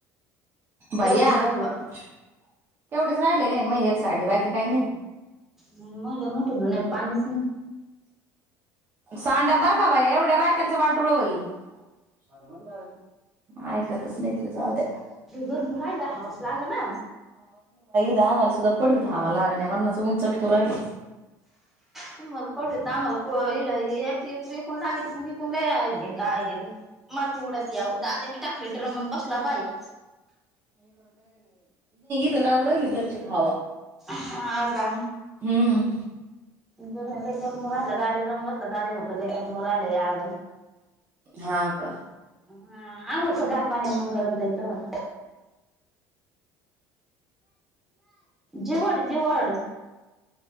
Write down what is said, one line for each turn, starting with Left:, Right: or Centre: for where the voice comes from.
Right: भैया
Centre: तेवढंच राहिलं बा
Right: तेवढेच राहिलेले मयचं साडी बाकी काही नाही
Centre: मन म्हंटल मोठं धुणय पाणीच नायी
Right: सांडं बर का बया एवढ्या राखेलचं वाटुळ होईन. साडल बर का रे ऐकतच नाय त्यो जाऊ द्या.
Centre: गरम होऊन राहिलं हवाच लागना
Right: दहा माणसाचा पडवीत हवा लागना मरणाचं उन चटकू राहिल.
Centre: तुम्हाला पडवी तर आम्हाला कुळ इड याची एकूण लागायची मणजी <unintelligible> टी उडतीया दाद्याने टाकले ड्रमन बसला बाहेर
Right: तिथं लागु राहिली का घरची हवा
Centre: हा का
Right: हम्म
Centre: जर लय गर मु राहिला दाद्या जाऊन बस जागेवर तर मोर आलेय आग
Right: हा का
Centre: ह आंघोळ कर गार पाणी मग गरम नाहीच होन जिवड जिवड